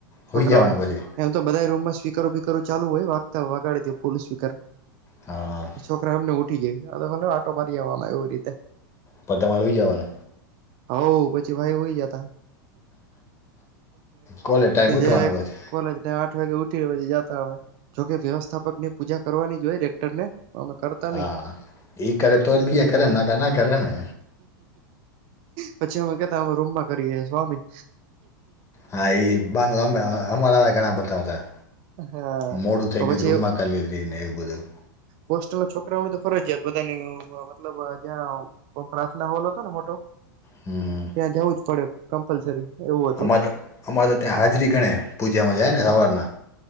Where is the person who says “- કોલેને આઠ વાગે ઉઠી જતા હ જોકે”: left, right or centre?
Right